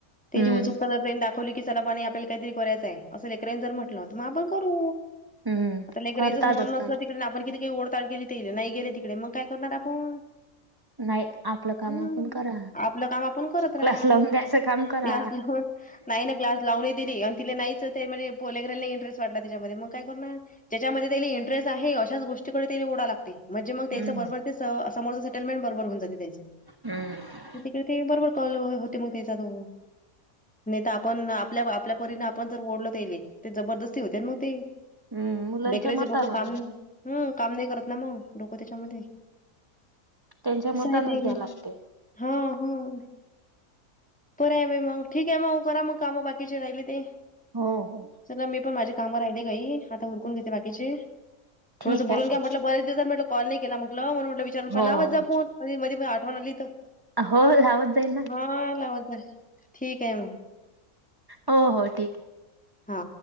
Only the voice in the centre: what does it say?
ते
जी उत्सुकता त्यांनी दाखवली की सला पानी आपल्याला काहीतरी करायचंय असं लेकराईनी जर म्हटलं तर म आपण करू.
आता लेकरायचंच
मन नसलं
तिकडे आन आपण किती काही ओढतान केेली तरी नाही गेले तिकडे मग काय करणार आपण?
हम्,
आपलं काम आपण करत राहा,
लाज नाही ना क्लास लावून दिली आणि तिला नाहीच ते म्हणजे पोले लेकराला इंटरेस्ट वाटला त्याच्यामध्ये मग काय करणार? ज्याच्यामध्ये त्याला इंटरेस्ट आहे अशाच गोष्टीकडे त्या ओढा ला म्हणजे मग तेचं
बरोबर ते समोरंच सेटलमेंट बरोबर होन जाते ते.
तिकडे ते बरोबर कॉल होते म त्याचा तो. नाही तर आपण आपल्या- आपल्या परीने आपण जर ओढल तयेले ते जबरदस्ती होते मग ते.
लेकराचे
डोकं काम
हम काम नाही करत ना म डोक त्याच्यामध्ये,
असं
आहे ते.
हा हं. बर आहे बाई मंग ठीके म करा म काम बाकीचे राहिले ते.
चला मी पण माझ्या काम राहिली गई, आता उरकून घेते बाकीचे.
थोडस
बोलून घ्या म्हटलं बरेच दिवस कॉल नाही केला म्हटलं, म्हणून म्हटलं विचार
लावत
जा फोन मधी -मधी आठवण आली तर.
हा लावत जाईल. ठिक आहे मग
हा.